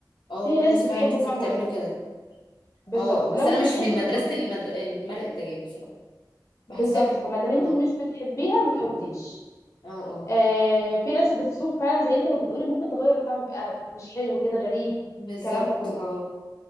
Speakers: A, on the left (about 75°); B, on the left (about 40°).
A: اه
B: في
A: في
B: ناس
A: ناس
B: بتحبه
A: فعلا كتير
B: طعمه
A: بتعمله
B: كده
A: كده
B: بالظبط
A: اه اه بس
B: لو
A: انا
B: مش
A: مش
B: بتحبه
A: من مدرسة
B: ما تحطيه
A: المدر... المرق الدجاج بصراحة بحسها
B: بالظبط
A: بت
B: فما دام
A: اه
B: انت مش بتحبيها ما تحطيش
A: اه اه
B: آه في ناس بتسوق فعلا زي انت ما بتقولي ممكن تغير الطعم بقى مش حلو كده غريب
A: بالظبط
B: الكلام ده كله
A: اه